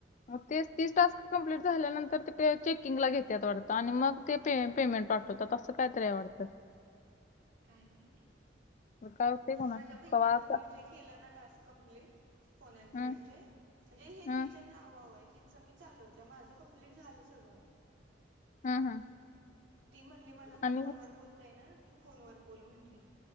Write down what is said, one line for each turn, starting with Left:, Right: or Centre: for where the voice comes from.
Left: म तेच तीस टास्क कंप्लीट झाल्यानंतर ते चेकिंगला घेते आत वाटतं आणि मग ते पे पेमेंट पाठवतात असं काय तरी आहे वाटतं.
Right: काय माहिती
Left: मग काय होतंय कोणास
Right: माझ्या
Left: ठाऊक
Right: बहिणीनं
Left: कवा आता
Right: म्हणजे केलं ना टास्क कंप्लीट, फोन अँड फ्रेंडचे.
Left: हं,
Right: म्हणजे हे
Left: हं,
Right: तिच्या नाववं आहे, तिचं मी चालवत्या, माझं कंप्लीट झालं सगळं.
Left: हं हं.
Right: ती म्हटली मला नाही
Left: आणि
Right: फोनवर बोलता येणार, तू फोनवर बोल म्हटली.